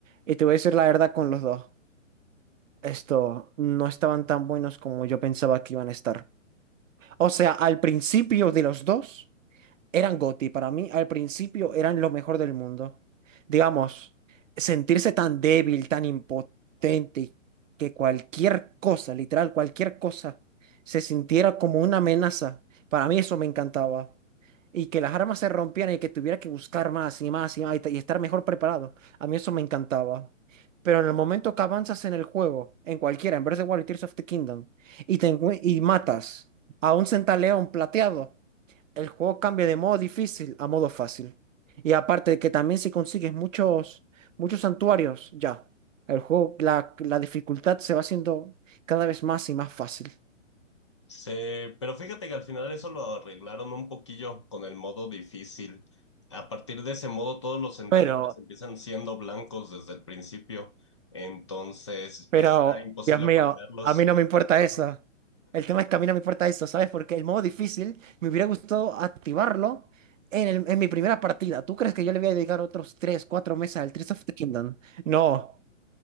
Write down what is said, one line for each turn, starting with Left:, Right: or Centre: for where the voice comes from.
Right: Y te voy a decir la verdad con los dos. Esto no estaban tan buenos como yo pensaba que iban a estar. O sea, al principio de los dos eran GOTY. Para mí, al principio, eran lo mejor del mundo. Digamos, sentirse tan débil, tan impotente, y que cualquier cosa, literal, cualquier cosa, se sintiera como una amenaza. Para mí eso me encantaba. Y que las armas se rompieran y que tuviera que buscar más y más y más y t- y estar mejor preparado. A mí eso me encantaba. Pero en el momento que avanzas en el juego, en cualquiera, en Breath of the Wild y Tears of the Kingdom, y, te encue- y matas a un centaleón plateado el juego cambia de modo difícil a modo fácil. Y aparte de que también si consigues muchos, muchos santuarios, ya. El juego, la, la dificultad se va haciendo cada vez más y más fácil.
Left: Sí, pero fíjate que al final eso lo arreglaron un poquillo con el modo difícil. A partir de ese modo, todos los centaleones
Right: Pero,
Left: empiezan siendo blancos desde el principio. Entonces,
Right: pero,
Left: está imposible
Right: Dios mío,
Left: farmearlos.
Right: a mí no me importa
Left: Ajá.
Right: eso. El tema es que a mí no me importa eso, ¿sabes? Porque el modo difícil me hubiera gustado activarlo en, el- en mi primera partida. ¿Tú crees que yo le voy a dedicar otros 3 4 meses al Tears of the Kingdom? No.